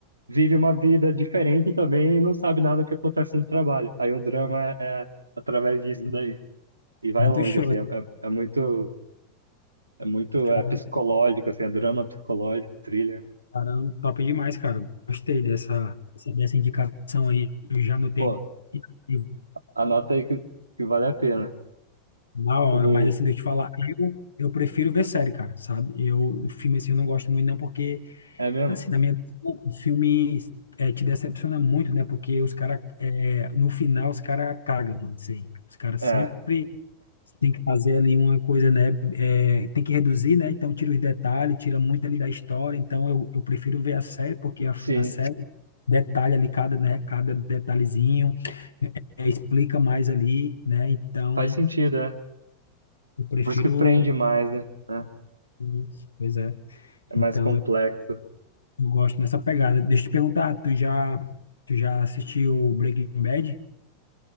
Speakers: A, on the right; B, on the left.
A: vive uma vida diferente também e não sabe nada do que acontece no trabalho. Aí o drama é, é através disso
B: sim.
A: daí. E vai
B: Muito
A: longe,
B: show.
A: assim, é, é, é muito, é muito
B: Cara,
A: é psicológico, assim, é drama psicológico, thriller.
B: caramba, top demais, cara. Gostei dessa, dessa indicação aí. Eu já anotei
A: Pô,
B: aqui e
A: anota aí que, que vale a pena.
B: na hora,
A: O,
B: mas assim, deixa eu te falar, eu, eu prefiro ver série, cara, sabe? Eu, filme assim, eu não gosto muito, não, porque,
A: É mesmo?
B: assim, na minha opinião, o filme é, te decepciona muito, né? Porque os caras, no final, os caras cagam, mano, isso aí. Os caras
A: É,
B: sempre. Você tem que fazer ali uma coisa, né? é, tem que reduzir, né? Então tira os detalhes, tira muito ali da história. Então eu, eu prefiro ver a série, porque a,
A: sim,
B: a série detalha ali cada, né? Cada detalhezinho, é, explica mais ali, né? Então
A: faz sentido, é.
B: eu prefiro.
A: Por isso que prende mais, né? É
B: isso, Pois é.
A: é mais
B: Então
A: complexo.
B: eu, eu gosto dessa pegada. Deixa eu te perguntar, tu já, tu já assistiu Breaking Bad?